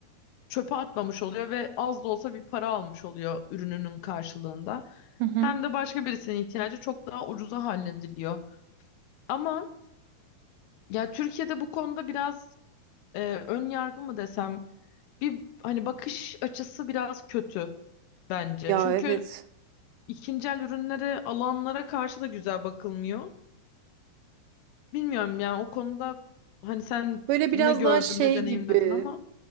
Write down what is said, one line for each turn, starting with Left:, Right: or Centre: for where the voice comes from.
Left: çöpe atmamış oluyor ve az da olsa bir para almış oluyor ürününün karşılığında.
Right: Hı hı.
Left: Hem de başka birisinin ihtiyacı çok daha ucuza hallediliyor. Ama ya Türkiye'de bu konuda biraz e, ön yargı mı desem bir hani bakış açısı biraz kötü bence.
Right: Ya
Left: Çünkü
Right: evet.
Left: ikinci el ürünlere, alanlara karşı da güzel bakılmıyor. Bilmiyorum yani o konuda hani sen
Right: Böyle biraz
Left: ne gördün,
Right: daha şey
Left: ne deneyimledin
Right: gibi.
Left: ama